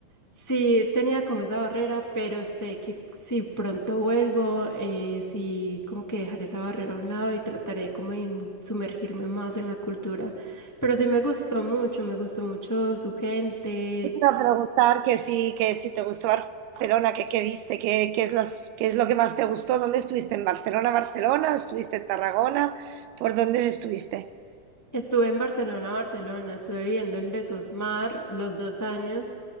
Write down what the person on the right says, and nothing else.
Quiero preguntar que si, que si te gustó Barcelona, que qué viste, que, qué es los, qué es lo que más te gustó, ¿dónde estuviste? ¿En Barcelona, Barcelona? ¿O estuviste en Tarragona? ¿Por dónde estuviste?